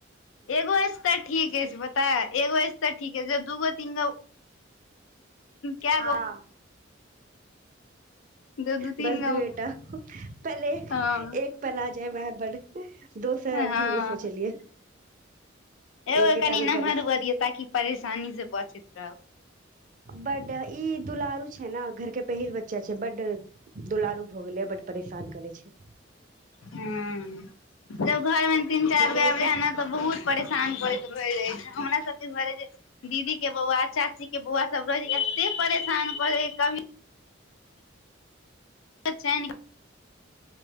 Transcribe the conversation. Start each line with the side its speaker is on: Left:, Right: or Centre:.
Left: एगो स त ठीक अछि पता ए एगो अछि त ठीक जब दूगो तीन गो क्य
Right: हँ
Left: गो दू दू
Right: बस
Left: तीन गो
Right: दूएटा पल एक
Left: हँ
Right: एक पल आ जाय वह बड़ दोसर
Left: हँ
Right: एखन
Left: ह
Right: नै सोचलियै
Left: एगो
Right: एकेटा
Left: कनि
Right: मे
Left: नमहर
Right: पड़
Left: हुअ दियौ ताकि परेशानी से बचैत रहब
Right: बड इ दुलारू छै न घर के पहिल बच्चा छै बड दुलारू भ गेलै बड परेशान करै छै
Left: हं तब घरमे तीन चार
Right: हमेशा
Left: गब रह ने बहुत परेशान करैत रहै छै हमरा सबके घरे जे दीदी के बौआ चाची के बौआ सब रहै छै एते परेशान करै है कभी चैन